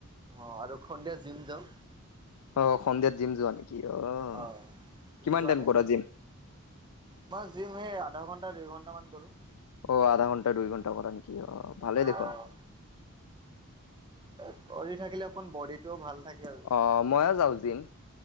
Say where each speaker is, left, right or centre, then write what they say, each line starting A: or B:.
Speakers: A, on the right; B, on the left.
A: অ আৰু সন্ধিয়া জিম যাওঁ।
B: অ', সন্ধিয়াত জিম যোৱা নেকি? অহ',
A: অ' তুমি
B: কিমান
A: যোৱা
B: টাইম
A: নে?
B: কৰা জিম?
A: মই জিম এই আধা ঘণ্টা দুই ঘণ্টামান কৰোঁ',
B: অ', আধা ঘণ্টা দুই ঘণ্টা কৰা নেকি? অ', ভালেই
A: অহ',
B: দেখোন
A: এই কৰি থাকিলে অকণ বডিটোও ভাল থাকে আৰু',
B: অ', মইয় যাওঁ জিম,